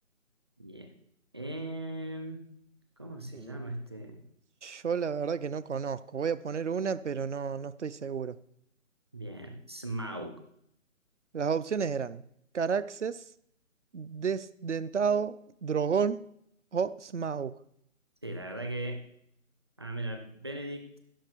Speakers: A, on the right; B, on the right.
A: Bien. Em, ¿cómo se
B: Mm,
A: llama este?
B: Yo la verdad que no conozco. Voy a poner una, pero no, no estoy seguro.
A: Bien, Smaug.
B: Las opciones eran Caraxes, Desdentado, Drogón o Smaug.
A: Sí, la verdad que... Ah, mira, Benedict